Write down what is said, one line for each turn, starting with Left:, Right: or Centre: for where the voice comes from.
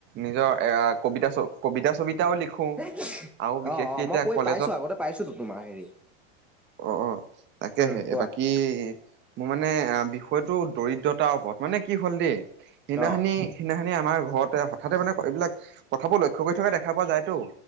Right: নিজৰ কবিতা কবিতা-চবিতাও লিখো
Centre: <unintelligible>
Right: আৰু বিশেষকে
Centre: অ', অ'
Right: এতিয়া
Centre: মই পঢ়ি
Right: কলেজত
Centre: পাইছো আগতে পাইছোতো তোমাৰ হেৰি
Right: অ' অ' তাকেহে
Centre: উম কোৱা
Right: এইবাকী কি মোৰ মানে আহ বিষয়টো দৰিদ্ৰতাৰ ওপৰত মানে কি হ'ল দেই সেইদিনাখনি,
Centre: অ
Right: সেইদিনাখনি আমাৰ ঘৰতে হঠাতে মানে এইবিলাক কথাবোৰ লক্ষ্য কৰি থকা দেখা পোৱা যায়তো